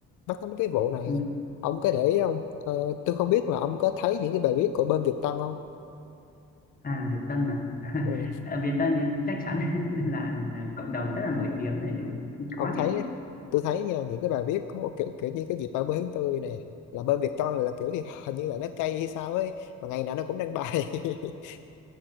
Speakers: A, on the left; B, on the left.
A: nhắc tới mấy cái vụ này
B: ừm,
A: ông có để ý không ờ, tôi không biết là ông có thấy những cái bài viết của bên Việt Tân không
B: à Việt Tân à <laughs>
A: ừ,
B: Ờ, Việt Tân thì chắc chắn <laughs> là cộng đồng rất là nổi tiếng này đúng không?
A: ông
B: có
A: thấy
B: chứ
A: tôi thấy nha những cái bài viết của kiểu kiểu như cái dịp 30 tháng 4 này là bên Việt Tân là kiểu thì hình như là nó cay hay sao ấy mà ngày nào nó cũng đăng bài <laughs>